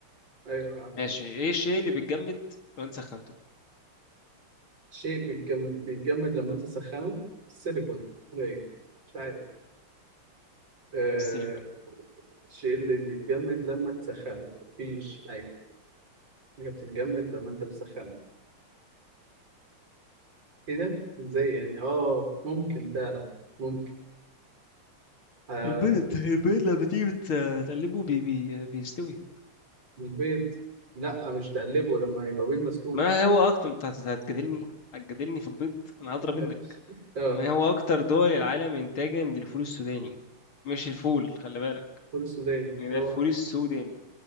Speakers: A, on the right (about 55°); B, on the left (about 75°).
A: ايوه يا عم
B: ماشي ايه الشيء اللي بيتجمد لو انت سخنته
A: شيء بيتجم- بيتجمد لما انت تسخنه السيليكون قليل مش عارف آه
B: السيليكون
A: الشيء اللي بيتجمد لما تسخنه مفيش حاجة حاجة بتتجمد لما انت بتسخنه ايه ده؟ ازاي يعني؟ اه ممكن فعلا ممكن آه
B: البيض
A: لا.
B: البيض لما تيجي بت- تقلبه بي بي بيستوي
A: البيض لا مش تقلبه لما يبقى بيض مسلوق
B: ما هو اكتر انت هت- هتجادلني هتجادلني في البيض انا هضرب
A: <laughs>
B: منك
A: اه
B: ما هو اكتر دول العالم انتاجا للفول السوداني مش الفول خلي بالك
A: فول السوداني
B: يعني
A: اللي
B: ده
A: هو
B: الفول السوداني